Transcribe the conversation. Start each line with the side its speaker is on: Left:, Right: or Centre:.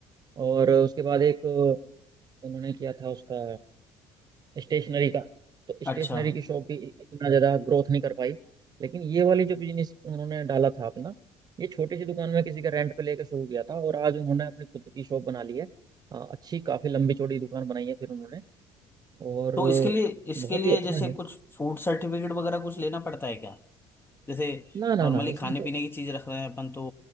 Right: और उसके बाद एक उन्होंने किया था उसका स्टेशनरी का तो स्टेशनरी
Left: अच्छा
Right: की शॉप भी इतना ज्यादा ग्रोथ नहीं कर पाई लेकिन ये वाली जो बिजनेस उन्होंने डाला था अपना ये छोटी सी दुकान में किसी का रेंट पे लेकर शुरू किया था और आज उन्होंने अपनी खुद की शॉप बना ली है अ, अच्छी काफी लंबी चौड़ी दुकान बनाई है फिर उन्होंने और
Left: तो इसके लिए इसके
Right: बहुत
Left: लिए
Right: ही अच्छा
Left: जैसे
Right: है
Left: कुछ फूड सर्टिफिकेट वगैरह कुछ लेना पड़ता है क्या जैसे
Right: ना ना
Left: नॉर्मली
Right: ना इसमें
Left: खाने
Right: तो
Left: पीने की चीज रख रहे हैं अपन तो